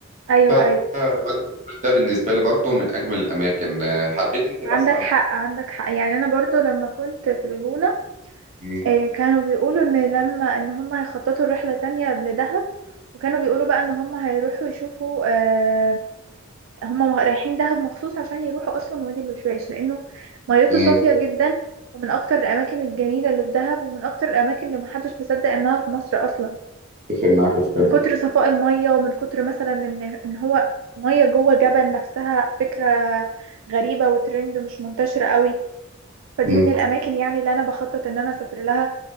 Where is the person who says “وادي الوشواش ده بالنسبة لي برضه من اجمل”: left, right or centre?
Right